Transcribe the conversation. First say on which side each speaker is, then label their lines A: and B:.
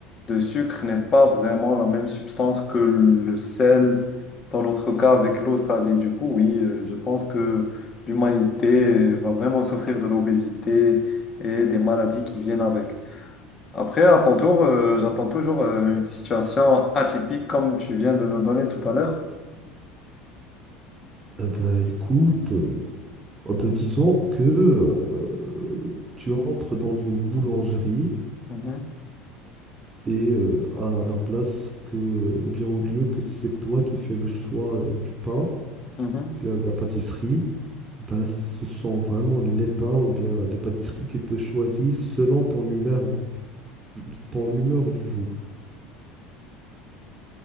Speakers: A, on the left (about 35°); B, on the right (about 20°).
A: le sucre n'est pas vraiment la même substance que le sel, dans notre cas avec l'eau salée. Du coup, oui, euh, je pense que l'humanité euh, va vraiment souffrir de l'obésité et des maladies qui viennent avec. Après, à ton tour, euh, j'attends toujours euh, une situation atypique comme tu viens de me donner tout à l'heure.
B: Eh ben, écoute, euh, oh ben, disons que euh, tu entres dans une boulangerie
A: Mhm,
B: et euh, à la place que, ou bien au lieu que c'est toi qui fais le choix euh, du pain,
A: mhm.
B: bien de la pâtisserie, ben, ce sont vraiment les pains ou bien les pâtisseries qui te choisissent selon ton humeur, du- ton humeur du jour.